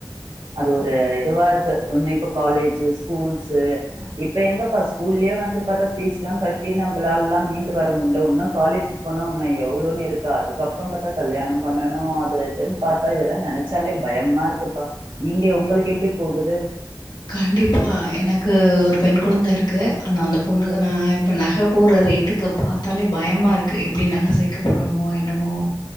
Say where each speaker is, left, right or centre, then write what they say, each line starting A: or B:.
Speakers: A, on the right (about 85°); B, on the left (about 70°).
A: அது ஒரு இதுவா இருக்கு இன்னும் இப்ப காலேஜு ஸ்கூல்ஸு இப்ப எங்கப்பா ஸ்கூல்லயே வந்து பாத்தா ஃபீஸ் எல்லா கட்டி நம்மளாலல்லா மீண்டு வர முடில இன்னு காலேஜ் போனன்னும் எவ்ளோன்னு இருக்கா அதுக்கப்பற பாத்தா கல்யாண பண்ணணு அது இதுன்னு பாத்தா இதெல்லா நெனைச்சாலே பயமா இருக்குப்பா நீங்க உங்களுக்கு எப்டி போகுது
B: கண்டிப்பா எனக்கு ஒரு பெண் குழந்த இருக்கு ஆனா அந்த பொண்ணுக்கு நா இப்ப நகப் போற ரேட்டுக்கு பாத்தாலே பயமாக இருக்குது எப்டி நக சேக்க போறோமோ என்னமோ